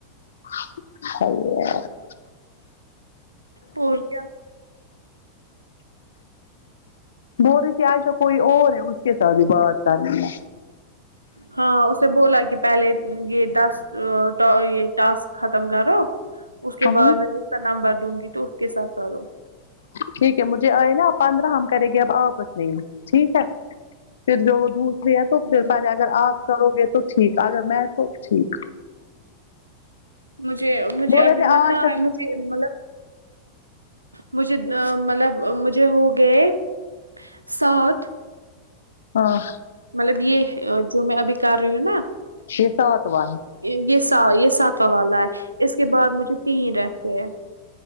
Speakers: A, on the left; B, on the right.
A: <unintelligible>
B: اور کیا
A: بول رہی کہ عائشہ کوئی اور ہے اس کے ساتھ بھی بات کرنی ہے
B: ہاں اسے بولا کہ پہلے یہ دس یہ ٹاسک ختم کرو اس کے
A: ہم
B: بعد میں تو اس کا نمبر دوں گی تو اس کے ساتھ کرو
A: ٹھیک مجھے آئے نا پندرہ ہم کریں گے اب آپس میں ٹھیک ہے پھر جو وہ دور تو پھر
B: ہوں
A: پہلے اگر آپ کرو گے تو ٹھیک اگر میں تو ٹھیک
B: مجھے مجھے
A: بول
B: ابھی
A: رہے تھے
B: مت
A: آج تک
B: ہے مجھے مطلب مجھے مطلب مجھے ہو گئے سات
A: ہاں
B: مطلب یہ جو میں ابھی کر رہی ہوں نا
A: یہ ساتواں ہے
B: یہ یہ ساتواں والا ہے اس کے بعد مجھے تین رہتے ہیں